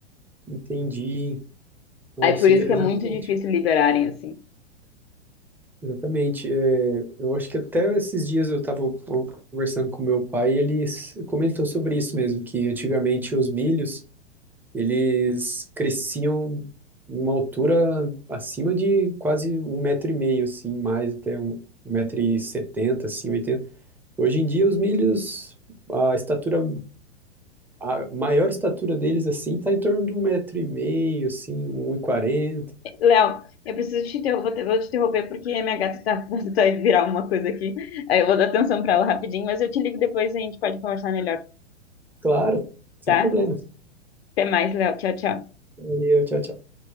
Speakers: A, in the centre; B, on the left (about 65°).
A: Entendi. Nossa,
B: Aí por isso
A: exatamente.
B: que é muito difícil liberarem, assim.
A: Exatamente. É, eu acho que até esses dias eu estava conversando com meu pai e ele s- comentou sobre isso mesmo, que antigamente os milhos, eles cresciam em uma altura acima de quase um metro e meio, assim, mais até um, um metro e setenta, assim, oitenta. Hoje em dia os milhos, a estatura, a maior estatura deles, assim, está em torno de um metro e meio, assim, um e quarenta.
B: Léo, eu preciso te interromper, vou te vou te interromper porque a minha gata tá, <laughs> vai virar uma coisa aqui. Aí eu vou dar atenção pra ela rapidinho, mas eu te ligo depois e a gente pode conversar melhor,
A: Claro, sem
B: tá?
A: problemas.
B: Até mais, Léo. Tchau, tchau.
A: Valeu, tchau, tchau.